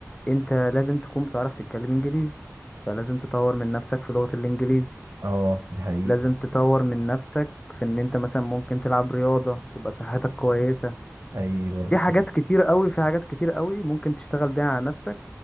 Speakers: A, on the left; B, on the right.
A: انت لازم تكون بتعرف تتكلم انجليزي فلازم تطور من نفسك في لغة الانجليزي
B: اه دي حقيقه
A: لازم تطور من نفسك في ان انت مثلا ممكن تلعب رياضة تبقى صحتك كويسة
B: حقيقي برضه
A: في
B: حقيقي
A: حاجات كتير قوي في حاجات كتير قوي ممكن تشتغل بيها على نفسك